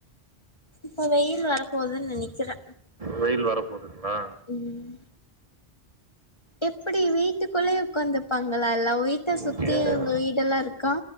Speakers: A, on the left; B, on the right.
A: இப்போ வெய்யில் வரப்போதுன்னு நனைக்கிறே
B: வெய்யில் வரப்போதுங்களா
A: ம் எப்டி வீட்டுக்குள்ளேயே உக்காந்துப்பாங்களா எல்லா வீட்ட சுத்தி
B: இங்க
A: உங்க வீடெல்லா இருக்கா